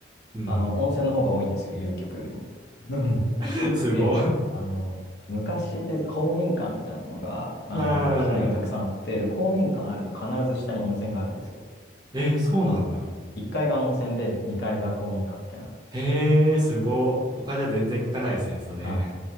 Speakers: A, on the right; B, on the left.
A: うん。
B: あの、温泉の方が多いんですよ、郵便局よりも。うん
A: <laughs> すごい。
B: で、あの、昔でいうと公民館みたいなものが、あの、
A: <laughs> なあ。
B: 市内にたくさんあって、で、公民館あると必ず下に温泉があるんですよ。
A: えー、そうなんだ。
B: うん、1階が温泉で、2階が公民館みたいな。
A: へえ、すごい。他じゃ全然聞かないですね、それ。
B: はい。